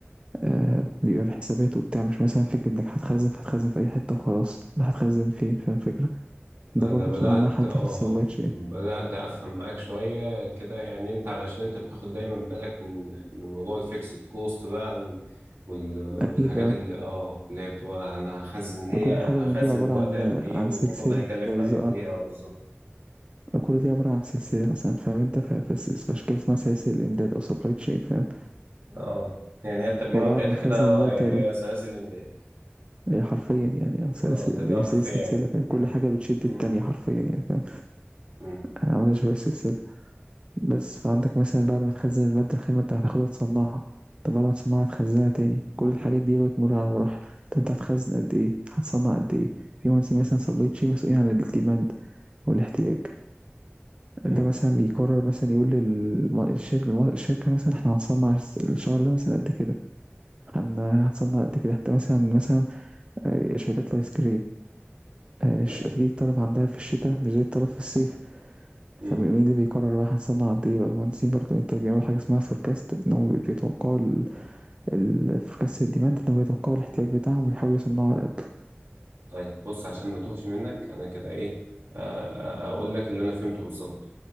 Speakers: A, on the right (about 25°); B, on the right (about 65°).
A: آه بيبقى في حسابات وبتاع مش مثلا فكرة إنك هتخزن فهتخزن في أي حتة وخلاص لا هتخزن فين فاهم الفكرة ده
B: انا
A: برضه
B: بدات
A: مسؤول عنها حد
B: اه
A: في السبلاي تشين
B: بدات افهم معاك شويه كده يعني انت علشان انت بتاخد دايما بالك من من موضوع الفيكسد كوست بقى و... وال... والحاجات
A: أكيد آه،
B: اللي اه اللي هي بتبقى انا هخزن ليه
A: كل
B: او
A: حاجة
B: هخزن
A: من دي عبارة
B: وقت
A: عن
B: قد ايه
A: عن
B: والموضوع
A: سلسلة
B: ده هيكلف
A: بز-
B: معايا
A: آه،
B: قد ايه اه بالظبط
A: كل دي عبارة عن سلسلة مثلا فاهم انت ف- ف- في أشكال اسمها سلاسل إمداد أو سبلاي تشين فاهم
B: اه يعني هي الترجمه
A: وبعد
B: بتاعتها
A: ما
B: كده
A: خزن
B: اه
A: المادة
B: يعني هي
A: ده
B: سلاسل الامداد
A: هي حرفيا يعني اه سلاسل
B: اه ترجمه
A: إمداد هي
B: حرفيه
A: سلسلة
B: يعني
A: سلسلة فاهم كل
B: مم.
A: حاجة بتشد
B: مم.
A: التانية حرفيا يعني فاهم
B: مم.
A: عاملة شبه السلسلة بس فعندك مثلا بعد ما تخزن المادة الخام انت هتاخدها تصنعها طب بعد ما تصنعها تخزنها تاني كل الحاجات دي بتمر على مراحل طب انت هتخزن قد ايه هتصنع قد ايه في مهندسين مثلا سبلاي تشين مسؤولين عن الديماند والاحتياج
B: مم.
A: ده مثلا بيقرر مثلا يقول للشركة الشركة مثلا احنا هنصنع الشهر ده مثلا قد كده هن- هتصنع قد كده حتى مثلا مثلا آه، شركات الايس كريم آه،
B: حلو
A: ش- تجي الطلب عندها في الشتاء مش زي الطلب في الصيف
B: مم.
A: فمين اللي بيقرر بقى هنصنع قد ايه بقى مهندسين برضه انتاج بيعملوا حاجه اسمها فوركاست ان هم بي- بيتوقعوا الفوركاست الديماند ان هم بيتوقعوا الاحتياج بتاعهم ويحاولوا يصنعوا على قده
B: طيب بص عشان ما توهش منك انا كده ايه آه، آه، اقول لك اللي انا فهمته بالظبط